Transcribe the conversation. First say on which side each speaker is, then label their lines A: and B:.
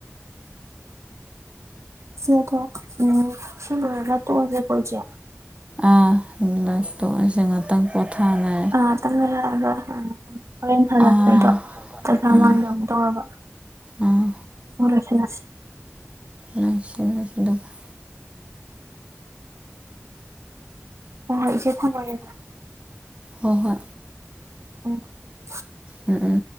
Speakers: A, on the right; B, on the right.
A: ꯁꯤ ꯑꯗꯣ <unintelligible> ꯎꯝ ꯁꯤ ꯂꯣꯏꯔꯒ ꯇꯣꯛꯑꯁꯦꯀꯣ ꯏꯆꯦ
B: ꯑꯥ ꯁ <unintelligible> ꯇꯣꯛꯑꯁꯦ ꯉꯥꯛꯇꯪ ꯄꯣꯊꯥꯅ
A: ꯑ ꯉꯥꯇꯪ ꯂꯩꯔꯛꯑꯒ ꯍꯣꯔꯦꯟ ꯍꯂꯛꯄꯩꯗꯣ
B: ꯑꯥ
A: ꯆꯖꯥ <unintelligible>
B: ꯑꯥ
A: ꯃꯥꯡꯗ ꯑꯃꯨꯛ ꯇꯧꯔꯕ
B: ꯑꯥ
A: ꯁ <unintelligible> ꯂꯣꯏꯁꯤꯜꯂꯁꯤ
B: ꯅꯥꯁꯤꯅ <unintelligible> ꯁꯤꯗ <unintelligible>
A: ꯍꯣꯏ ꯍꯣꯏ ꯏꯆꯦ ꯊꯝꯃꯒꯦ
B: ꯍꯣꯏ ꯍꯣꯏ
A: <unintelligible>
B: ꯎꯝ ꯎꯝ